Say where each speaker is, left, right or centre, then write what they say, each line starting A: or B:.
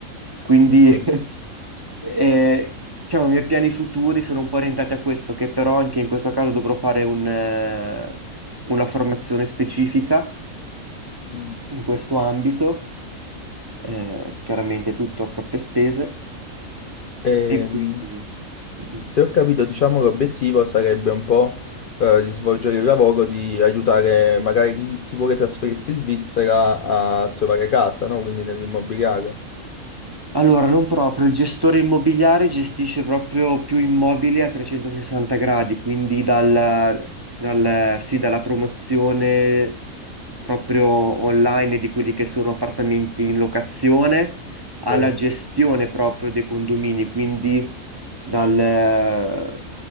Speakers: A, on the right; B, on the left.
A: Quindi
B: ho capito.
A: <laughs> eh, diciamo, i miei piani futuri sono un po' orientati a questo, che però anche in questo caso dovrò fare un, eh, una formazione specifica
B: Mm.
A: in questo ambito, eh, chiaramente tutto a proprie spese
B: Ehm,
A: e quindi... mm,
B: se ho capito, diciamo, l'obiettivo sarebbe un po' eh, di svolgere il lavoro, di aiutare magari chi, chi vuole trasferirsi in Svizzera a trovare casa, no? Quindi nell'immobiliare.
A: Allora, non proprio, il gestore immobiliare gestisce proprio più immobili a 360 gradi, quindi dal, dal- sì, dalla promozione proprio online di quelli che sono appartamenti in locazione alla
B: Ok.
A: gestione proprio dei condomini, quindi dal,